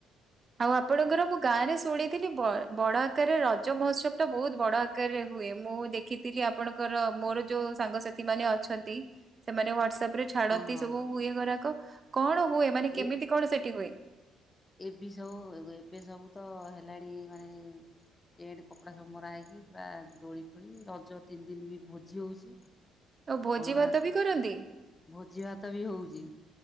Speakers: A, on the right; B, on the left.
A: ଆଉ ଆପଣଙ୍କର ମୁଁ ଗାଁ ରେ ଶୁଣିଥିଲି ବ ବଡ ଆକାରରେ ରଜ ରଜ ମହୋତ୍ସବ ଟା ବହୁତ ବଡ ଆକାରରେ ହୁଏ ମୁଁ ଦେଖିଥିଲି ଆପଣଙ୍କର ମୋର ଯୋଉ ସାଙ୍ଗସାଥୀ ଥି ମାନେ ଅଛନ୍ତି। ସେମାନେ ହ୍ଵାଟସଆପ ରେ ଛାଡନ୍ତି
B: ହଁ
A: ସବୁ ହୁଏ ଗୁରାକ କଣ ହୁଏ ମାନେ କେମିତି
B: ଏ
A: କଣ ସେଠି ହୁଏ?
B: ଏବେ ସବୁ ଏବେ ସବୁ ତ ହେଲାଣି ମାନେ ଟେଣ୍ଟ କପଡ଼ା ସବୁ ମରାହଇକି ପୁରା ଦୋଳି ଫୋଳି ରଜ ତିନି ଦିନ ବି ଭୋଜି ହେଉଛି।
A: ଆଉ ଭୋଜି
B: ଅରୁଆ
A: ଭାତ ବି କରନ୍ତି।
B: ଭୋଜି ଭାତ ବି ହେଉଛି